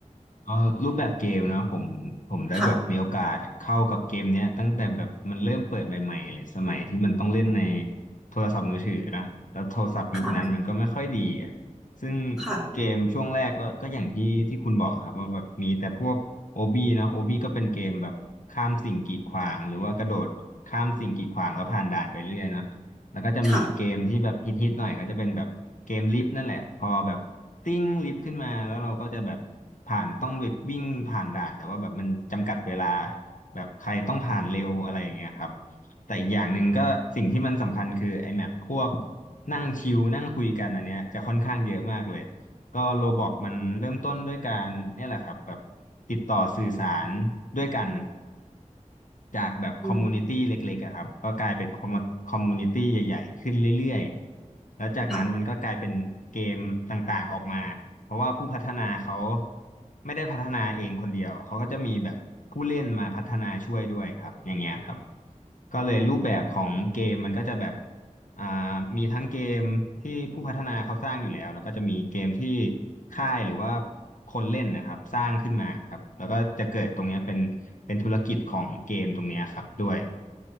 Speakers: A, on the left (about 75°); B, in the centre.
A: เออรูปแบบเกมเนาะผมผมได้แบบมีโอกาสเข้ากับเกมเนี้ยตั้งแต่แบบมันเริ่มเปิดใหม่ๆเลยสมัยที่มันต้องเล่นใน
B: ค่ะ
A: โทรศัพท์มือถือนะแล้วโทรศัพท์ยุคนั้นมันก็ไม่ค่อยดีอ่ะ
B: ค่ะ
A: ซึ่ง
B: ค่ะ
A: เกมช่วงแรกก็ก็อย่างที่ที่คุณบอกครับว่าแบบมีแต่พวกโอบีเนาะโอบีก็เป็นเกมแบบข้ามสิ่งกีดขวางหรือว่ากระโดดข้ามสิ่งกีดขวางแล้วผ่านด่านไปเรื่อยเนาะ แล้วก็จะมีอีกเกมที่แบบฮิตๆหน่อยก็จะเป็นแบบเกมลิฟต์นั่นแหละพอแบบติ้งลิฟต์ขึ้นมาแล้วเราก็จะแบบผ่านต้องแบบวิ่งผ่านด่านแต่ว่าแบบมันจำกัดเวลา
B: ค่ะ
A: แบบใครต้องผ่านเร็วอะไรอย่างเงี้ยครับแต่อีกอย่างหนึ่งก็สิ่งที่มันสำคัญคือไอ้แมปพวกนั่งชิลนั่งคุยกันอันเนี้ยจะค่อนข้างเยอะมากเลยก็โรบอกมันเริ่มต้นด้วยการเนี่ยแหละครับแบบติดต่อสื่อสารด้วยกัน จากแบบคอมมูนิตี้เล็กๆอะครับก็กลายเป็นคอมคอมมูนิตี้ใหญ่ๆขึ้นเรื่อยๆแล้วจากนั้นมันก็กลายเป็นเกมต่างๆออกมาเพราะว่าผู้พัฒนาเขา
B: อืมค่ะ
A: ไม่ได้พัฒนาเองคนเดียวเขาก็จะมีแบบผู้เล่นมาพัฒนาช่วยด้วยครับอย่างเงี้ยครับ ก็เลยรูปแบบของเกมมันก็จะแบบอ่ามีทั้งเกมที่ผู้พัฒนาเขาสร้างอยู่แล้วแล้วก็จะมีเกมที่ค่ายหรือว่าคนเล่นนะครับสร้างขึ้นมาครับแล้วก็จะเกิดตรงเนี้ยเป็นเป็นธุรกิจของเกมตรงเนี้ยครับด้วย